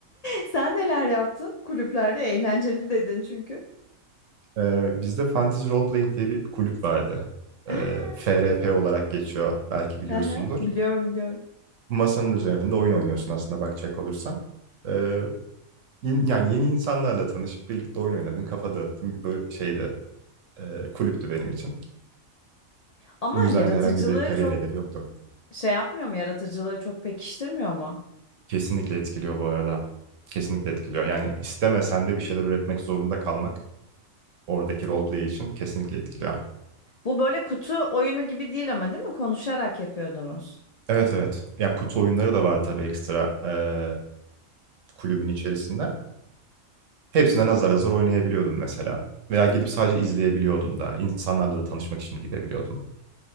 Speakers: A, on the left (about 80°); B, on the right (about 70°).
A: Sen neler yaptın? Kulüplerde eğlenceli dedin çünkü.
B: Ee, bizde Fantasy Role Playing diye bir kulüp vardı.
A: Aa,
B: Ee, FRP
A: çok güzel.
B: olarak geçiyor. Belki biliyorsundur.
A: Aha, biliyorum biliyorum.
B: Masanın üzerinde oyun oynuyorsun aslında bakacak olursan. Ee, in- yani yeni insanlarla tanışıp birlikte oyun oynadın, kafa dağıttın bir böyle şeydi. e, kulüptü benim için.
A: Ama
B: Bu yüzden
A: yaratıcılığı
B: de herhangi bir kariyer
A: çok
B: hedefi yoktu.
A: şey yapmıyor mu? Yaratıcılığı çok pekiştirmiyor mu?
B: Kesinlikle etkiliyor bu arada. Kesinlikle etkiliyor. Yani istemesen de bir şeyler üretmek zorunda kalmak oradaki roleplay için kesinlikle etkiliyor.
A: Bu böyle kutu oyunu gibi değil ama değil mi? Konuşarak yapıyordunuz.
B: Evet evet. Ya kutu oyunları da var tabii ekstra eee, kulübün içerisinde. Hepsinden azar azar oynayabiliyordun mesela. Veya gidip sadece izleyebiliyordun da. İnsanlarla da tanışmak için gidebiliyordun.